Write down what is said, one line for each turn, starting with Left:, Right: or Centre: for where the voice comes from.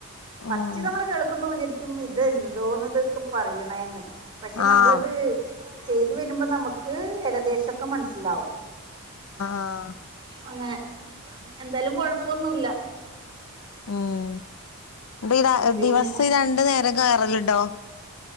Left: ആഹ്
Right: ഫസ്റ്റ് നമ്മൾ കേൾക്കുമ്പോ വിചരി- ക്കും ഇതെന്തോന്ന് ഇതൊക്കെ പറയണേന്ന് പക്ഷെ
Left: ആഹ്
Right: നമ്മളിത് ചെയ്തു വരുമ്പോ നമുക്ക് ഏകദേശം ശം ഒക്കെ മനസ്സിലാവും
Left: ആഹ്
Right: അങ്ങനെ എന്താലും ഒന്നുല്ല
Left: ഉം ദിര
Right: പിന്നെ
Left: ദിവസം ഈ രണ്ടു നേരം കേയറലണ്ടോ